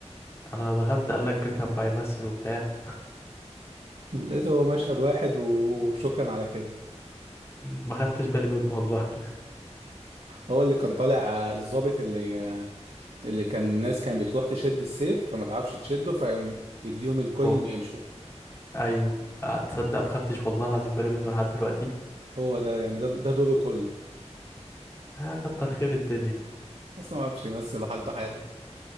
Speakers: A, on the left; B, on the right.
A: انا دخلت قال لك بيكهام بقى يمثل وبتاع
B: لقيته هو مشهد واحد وشكرا على كده
A: ما خدتش بالي منه والله
B: هو اللي كان طالع آه، الضابط اللي آه، اللي كان الناس كانت بتروح تشد السيف فما تعرفش تشده فيديهم
A: <laughs>
B: الكوين
A: هو
B: ويمشوا
A: ايوه آه، تصدق ما خدتش والله العظيم بالي منه لحد دلوقتي
B: هو ده يعني ده ده دوره كله
A: اه كتر خير الدنيا
B: اصلا ما عرفش يمثل وحالته حاله